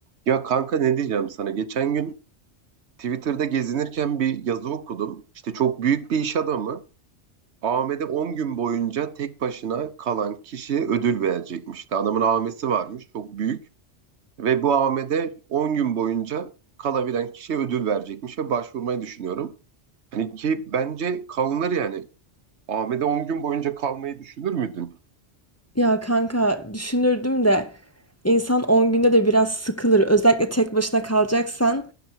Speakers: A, on the right; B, on the left.
A: Ya kanka ne diyeceğim sana? Geçen gün Twitter'da gezinirken bir yazı okudum. İşte çok büyük bir iş adamı Ahmet'e 10 gün boyunca tek başına kalan kişiye ödül verecekmiş. İşte adamın amesi varmış çok büyük ve bu Ahmet'e 10 gün boyunca kalabilen kişiye ödül verecekmiş ve başvurmayı düşünüyorum. Hani ki bence kalınır yani. Ahmet'e 10 gün boyunca kalmayı düşünür müydün?
B: Ya kanka düşünürdüm de insan 10 günde de biraz sıkılır. Özellikle tek başına kalacaksan